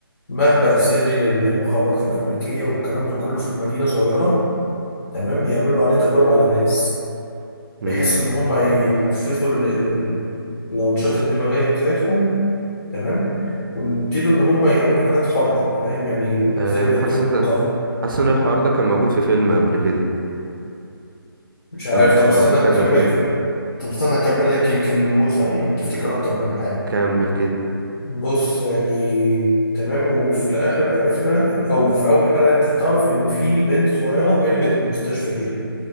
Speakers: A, on the left (about 50°); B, on the right (about 60°).
A: مخبأ سري للمخابرات الأمريكية والكلام ده كله في مدينة صغيرة تمام بيعملوا عليه تجارب على ناس
B: امم
A: بحيث إن هم يحفزوا ال- ال- ال- الأنشطة الدماغية بتاعتهم تمام ويبتدوا إن هم يعملوا حاجات خارقة فاهم يعني
B: آه،
A: زي ما
B: انا
A: يدولهم
B: حاسس
A: قهر
B: حاسس ان الحوار ده كان موجود في فيلم قبل كده
A: مش عارف
B: او في...
A: طب استنى
B: او في كذا
A: أكمل
B: فيلم
A: طب استنى أكمل لك يمكن موسى يعني تفتكر أكتر من حاجة
B: كمل كده
A: بص يعني تمام وفي الاخر عرفنا او في اول حلقه انت هتعرف ان في بنت صغيره هربت من المستشفى دي